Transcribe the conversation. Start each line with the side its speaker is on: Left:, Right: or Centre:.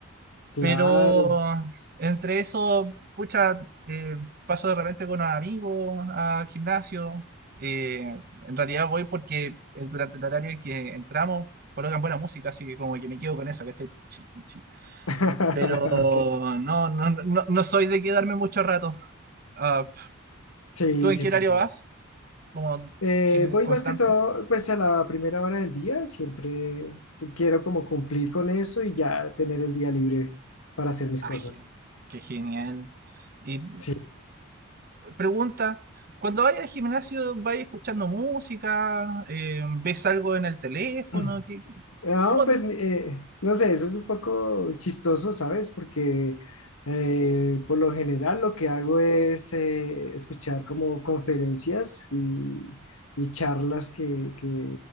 Left: Claro.
Right: Pero entre eso, pucha, eh, paso de repente con los amigos al gimnasio. Eh, en realidad voy porque eh, durante el horario en que entramos colocan buena música, así que como que me quedo con eso, que estoy punchi, punchi.
Left: <laughs>
Right: Pero
Left: Ok.
Right: no, no, no, no soy de quedarme mucho rato. Ah, pf,
Left: Sí,
Right: ¿tú en
Left: sí,
Right: qué
Left: sí,
Right: horario
Left: sí.
Right: vas? Como
Left: Eh,
Right: gen-
Left: voy
Right: constante.
Left: más que todo, pues a la primera hora del día, siempre quiero como cumplir con eso y ya tener el día libre para hacer mis
Right: Ah,
Left: cosas.
Right: gen- qué genial. Y
Left: Sí.
Right: pregunta, cuando vayas al gimnasio, ¿vayas escuchando música? Eh, ¿ves algo en el teléfono?
Left: <clears throat>
Right: ¿Qué, qué?
Left: No,
Right: cómo
Left: pues eh, no sé, eso es un poco chistoso, ¿sabes? Porque eh, por lo general lo que hago es eh, escuchar como conferencias y, y charlas que, que,